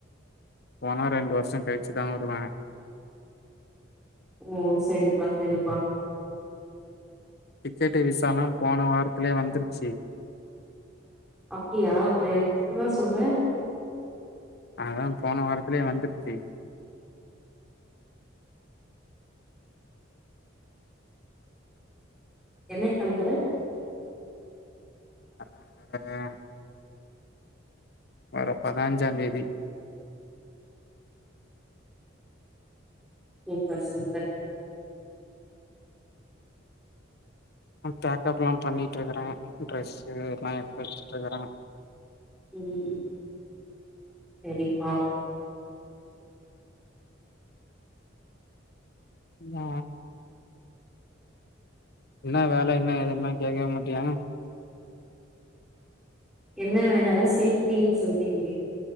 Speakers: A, on the left; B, in the centre.
A: போனா ரெண்டு வர்ஷ கழிச்சுதா வருவே
B: ஓ செரிப்பா செரிப்பா
A: டிக்கெட்டு விசாலா போன வாரத்துலயே வந்துருச்சு
B: அப்டியா அப்பறோ எனக்கு இப்பதா சொல்றே
A: அதெல்லா போன வாரத்திலேயே வந்துருச்சு
B: என்னைக் கலம்பர
A: <inaudible> வரப்போற அஞ்சாந்தேதி
B: சூப்பர் சூப்பர்
A: பேக்கப்லா பண்ணிட்டு இருக்கறே ட்ரெஸ்ஸு எல்லா எடுத்து வச்சுட்டு இருக்கறே
B: ம் செரிப்பா
A: ஆ என்ன வேல என்ன எதல்லா கேட்கவே மாட்டியா
B: என்ன வேல அதா சேஃப்டின்னு சொல்ட்டீங்களே